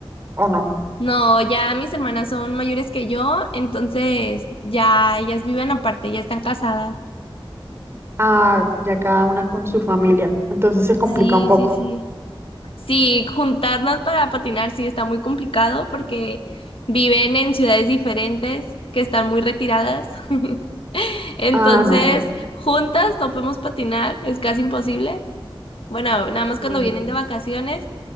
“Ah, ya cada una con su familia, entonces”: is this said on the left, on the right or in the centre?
Right